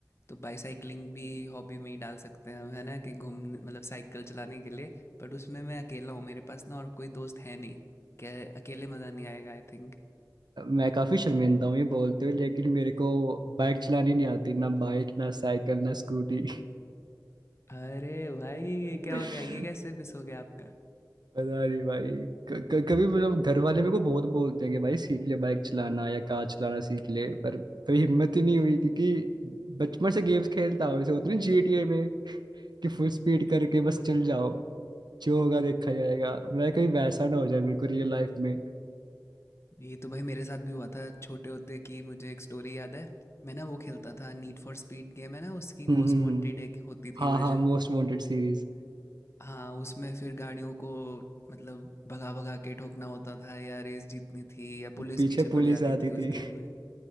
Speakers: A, on the left; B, on the right.
A: तो बाईसाइकिलिंग भी हॉबी में ही डाल सकते हैं हम, है ना कि घूम मतलब साइकिल चलाने के लिए बट उसमें मैं अकेला हूँ मेरे पास ना और कोई दोस्त है नहीं क्या अकेले मज़ा नहीं आएगा आई थिंक
B: मैं काफी शर्मिंदा हूँ ये बोलते हुए लेकिन मेरे को बाइक चलानी नहीं आती ना बाइक ना साइकिल ना स्कूटी
A: अरे भाई ये
B: <laughs>
A: क्या हो गया ये कैसे मिस हो गया आपका
B: पता नहीं भाई क- क- कभी मतलब घर वाले मेरे को बहुत बोलते हैं कि भाई सीख ले बाइक चलाना या कार चलाना सीख ले पर कभी हिम्मत ही नहीं हुई क्योंकि बचपन से गेम्स खेलता हूँ जैसे होते हैं जीटीए में कि फुल स्पीड करके बस चल जाओ जो होगा देखा जाएगा मैं कहीं वैसा ना हो जाए मेरे को रियल लाइफ में
A: ये तो भाई मेरे साथ भी हुआ था छोटे होते कि मुझे एक स्टोरी याद है मैं ना वो खेलता था नीड फॉर स्पीड गेम है ना उसकी
B: हम्म
A: मोस्ट
B: हम्म,
A: वांटेड
B: हम्म।
A: एक होती
B: हाँ
A: थी वर्जन
B: हाँ मोस्ट वांटेड सीरीज
A: हाँ उसमें फिर गाड़ियों को मतलब भगा भगा के ठोकना होता था या रेस जीतनी थी या पुलिस
B: पीछे
A: पीछे
B: पुलिस
A: पड़ जाती
B: आती
A: थी
B: थी
A: उस गेम में